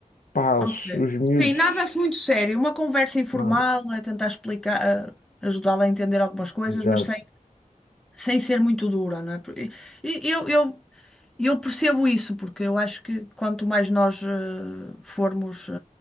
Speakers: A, on the left; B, in the centre.
A: pá,
B: ok.
A: os, os miúdos.
B: Sim, nada se muito sério. Uma conversa informal,
A: Nada.
B: é tentar explicar, eh, ajudá-la a entender algumas coisas,
A: Exato,
B: mas sem, sem ser muito dura, não é? Por- e- e Eu, eu E eu percebo isso, porque eu acho que quanto mais nós eh, formos, eh,